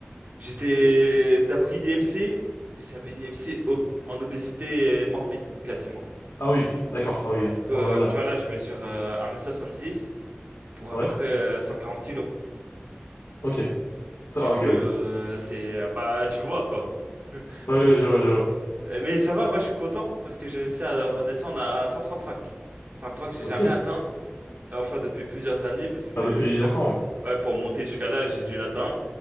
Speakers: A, on the right; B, on the left.
A: J'étais, d'après l'IMC, j'avais une IMC ob- en obésité morbide quasiment.
B: Ah oui, d'accord. Ah oui,
A: Du coup, euh,
B: on en est là.
A: tu vois, là, je mesure euh, un mètre soixante-dix pour
B: Ouais,
A: à peu près euh, 140 kilos.
B: ok. Ça,
A: Du
B: ah,
A: coup,
B: ok, oui.
A: euh, c'est, euh, bah, tu vois quoi.
B: Ouais,
A: Tu-
B: ouais, je vois, je vois.
A: Euh, Mais ça va, moi je suis content parce que j'ai réussi à redescendre à 135. C'est un poids que j'ai
B: Ok.
A: jamais atteint, euh, enfin depuis plusieurs années parce que,
B: Enfin, depuis
A: tu
B: longtemps, oui.
A: vois, ouais, pour monter jusqu'à là, j'ai dû l'atteindre.